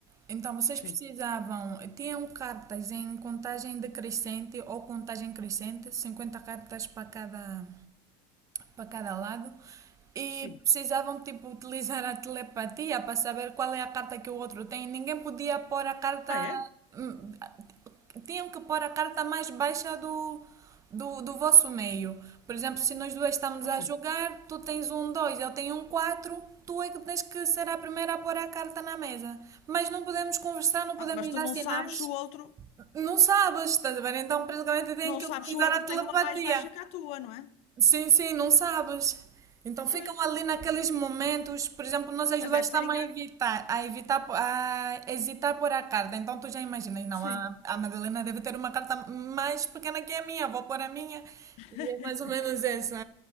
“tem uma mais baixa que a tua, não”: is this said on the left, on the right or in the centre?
Left